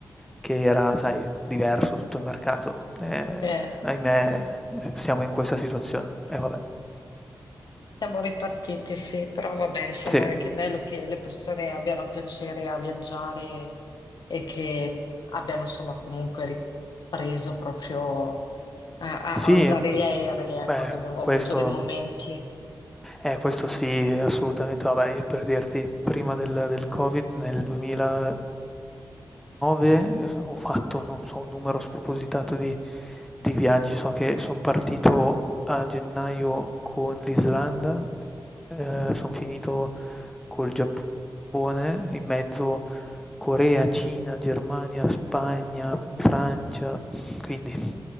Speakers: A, in the centre; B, on the left.
A: che era, sai, diverso tutto il mercato. Ehm,
B: eh.
A: ahimè, ehm, siamo in questa situazione. E vabbè.
B: Siamo ripartiti, sì, però vabbè, insomma,
A: Sì.
B: è che bello che le persone abbiano piacere a viaggiare e che abbiano, insomma, comunque ripreso proprio a, a-
A: Sì,
B: a usare gli aerei, ecco,
A: beh,
B: che abbiamo
A: questo
B: avuto dei momenti.
A: eh, questo sì, assolutamente. Vabbè, io per dirti, prima del del Covid, nel 2019, eh, ho fatto, non so, un numero spropositato di di viaggi. So che son partito a gennaio con l'Islanda, ehm, son finito col Giappone, in mezzo Corea, Cina, Germania, Spagna, Francia, quindi